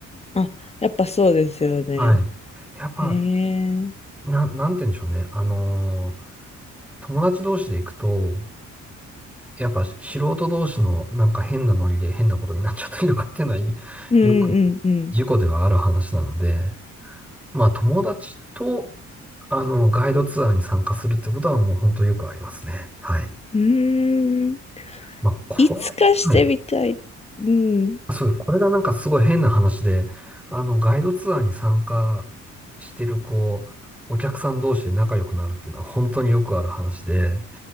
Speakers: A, on the left; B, in the centre.
A: あ、やっぱそうですよね。
B: はい。やっぱ、
A: へえ。
B: な、なんて言うんでしょうね。あのー友達同士で行くと、やっぱ素人同士のなんか変なノリで変なことになっちゃったりとかっていうのは、いよく
A: うんうんうん。
B: 事故ではある話なので、まあ友達と、あの、ガイドツアーに参加するってことはもう本当よくありますね。はい。
A: うーん。
B: まあ、これ、
A: いつかしてみたい。
B: はい
A: うん。
B: そうです。これがなんかすごい変な話で、あの、ガイドツアーに参加してる、こう、お客さん同士で仲良くなるっていうのは本当によくある話で、